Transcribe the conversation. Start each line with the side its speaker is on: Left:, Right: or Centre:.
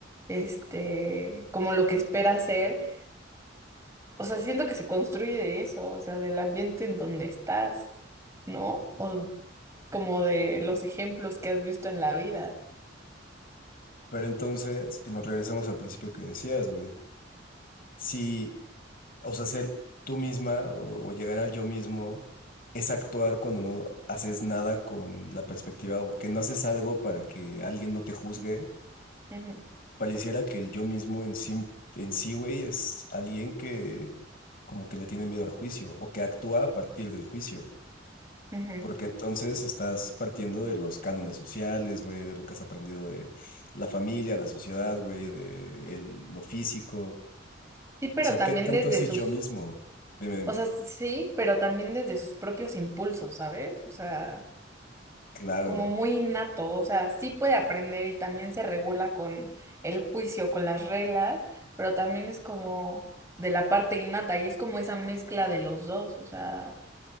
Right: este, como lo que esperas ser. O sea, siento que se construye de eso, o sea, del ambiente en donde estás, ¿no? O como de los ejemplos que has visto en la vida.
Left: Pero entonces, y nos regresamos al principio que decías, güey. Si O sea, ser tú misma o, o llegar al yo mismo es actuar cuando no haces nada con la perspectiva o que no haces algo para que alguien no te juzgue.
Right: Ujú,
Left: Pareciera que el yo mismo en sí, en sí, güey, es alguien que como que le tiene miedo al juicio o que actúa a partir del juicio.
Right: ujú.
Left: Porque entonces estás partiendo de los cánones sociales, güey, de lo que has aprendido de la familia, la sociedad, güey, de el- lo físico.
Right: Sí, pero
Left: O sea,
Right: también
Left: ¿qué tanto
Right: desde
Left: es el
Right: sus
Left: yo mismo? Dime, dime.
Right: O sea, sí, pero también desde sus propios impulsos, ¿sabes? O sea,
Left: Claro.
Right: como muy innato, o sea, sí puede aprender y también se regula con el juicio, con las reglas, pero también es como de la parte innata y es como esa mezcla de los dos, o sea,